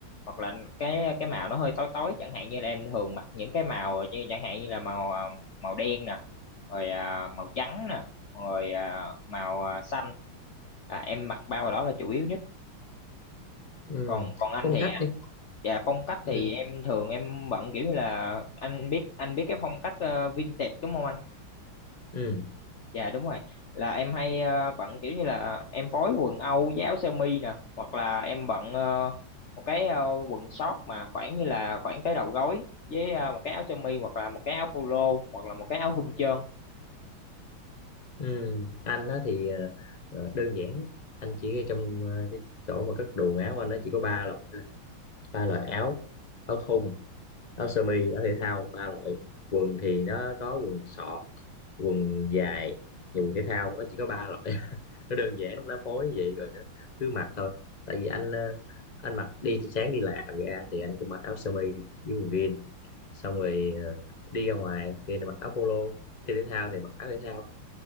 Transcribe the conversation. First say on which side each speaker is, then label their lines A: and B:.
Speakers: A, on the left (about 60°); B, on the left (about 25°).
A: hoặc là cái cái màu nó hơi tối tối chẳng hạn như là em thường mặc những cái màu như- chẳng hạn như là màu à, màu đen nè rồi à, màu trắng nè rồi à, màu à, xanh à, em mặc ba màu đó là chủ yếu nhất
B: ừ.
A: còn còn anh
B: phong
A: thì
B: cách đi
A: Dạ phong cách
B: ừ.
A: thì em thường em bận kiểu như là anh biết anh biết cái phong cách ờ, vintage đúng không anh?
B: Ừ.
A: dạ đúng rồi là em hay ờ, bận kiểu như là em phối quần âu với áo sơ mi nè hoặc là em bận ờ, một cái ờ, quần short mà khoảng như là khoảng tới đầu gối với ờ, một cái áo sơ mi hoặc là một cái áo polo hoặc là một cái áo thun trơn
B: Ừ, anh á thì ờ, ờ, đơn giản lắm. anh chỉ ở trong ờ, cái chỗ mà cất đồ áo anh nó chỉ có ba loại thôi ba loại áo áo thun áo sơ mi áo thể thao ba loại quần thì nó có quần sọt quần dài và quần thể thao nó chỉ có ba loại <laughs> nó đơn giản lắm nó phối vậy rồi nó cứ mặc thôi tại vì anh ờ, anh mặc đi sáng đi làm ra thì anh cứ mặc áo sơ mi với quần jean xong rồi ờ, đi ra ngoài thì mặc áo polo chơi thể thao thì mặc áo thể thao